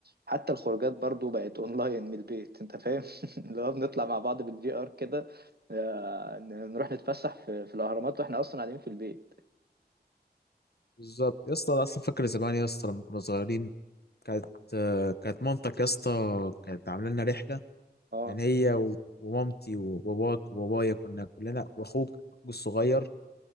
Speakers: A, on the right; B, on the left.
A: حتى الخروجات برضه بقت اونلاين من البيت انت فاهم <laughs> اللي هو بنطلع مع بعض بالفي ار كده آه، نروح نتفسح في, في الاهرامات واحنا اصلا قاعدين في البيت
B: بالظبط يا اسطى أنا اصلا فاكر زمان يا اسطى لما كنا صغيرين كانت آه، كانت مامتك يا اسطى كانت عامله لنا رحلة
A: اه
B: يعني هي و- ومامتي وباباك وبابايا كنا كلنا واخوك اخوك الصغير